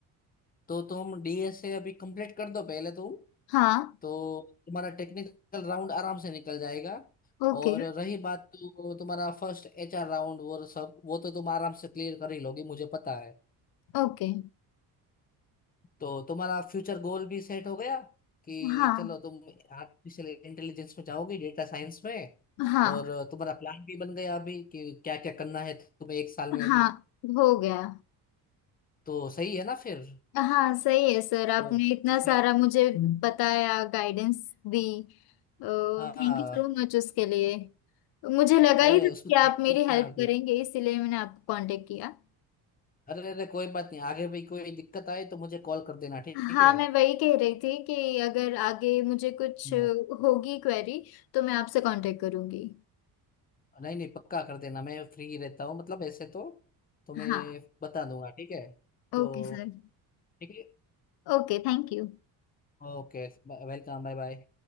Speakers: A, on the left; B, on the left.
A: तो तुम डीएसए अभी कंप्लीट कर दो पहले तुम
B: हाँ
A: तो तुम्हारा टेक्निकल राउंड आराम से निकल जाएगा
B: ओके
A: और रही बात तो तुम्हारा फर्स्ट एचआर राउंड वो सब वो तो तुम आराम से क्लियर कर ही लोगे मुझे पता है
B: ओके
A: तो तुम्हारा फ्यूचर गोल भी सेट हो गया कि
B: हाँ
A: चलो तुम आर्टिफिशियल इंटेलिजेंस में जाओगे डेटा साइंस में
B: हाँ
A: और तुम्हारा प्लान भी बन गया अभी कि क्या क्या करना है तुम्हें एक साल में अभी
B: हाँ हो गया
A: तो सही है ना फिर
B: हाँ सही है सर आपने
A: तो
B: इतना
A: छे-
B: सारा मुझे बताया गाइडेंस दी थैंक
A: हाँ
B: यू सो मच उसके लिए मुझे लगा
A: अरे
B: ही था
A: उसमें
B: कि आप
A: देखिए
B: मेरी
A: क्या
B: हेल्प
A: अभी
B: करेंगे इसीलिए मैंने आपको कांटेक्ट किया
A: अरे अरे कोई बात नहीं आगे भी कोई दिक्कत आए तो मुझे कॉल कर देना ठीक
B: हाँ
A: है
B: मैं वही कह रही थी कि अगर आगे मुझे कुछ
A: हाँ।
B: होगी क्वेरी तो मैं आपसे कांटेक्ट करूंगी
A: नहीं नहीं पक्का कर देना मैं फ्री रहता हूँ मतलब ऐसे तो तो मैं
B: हाँ
A: बता दूंगा ठीक है तो
B: Okay sir
A: ठीक है
B: Okay thank you
A: Okay welcome bye bye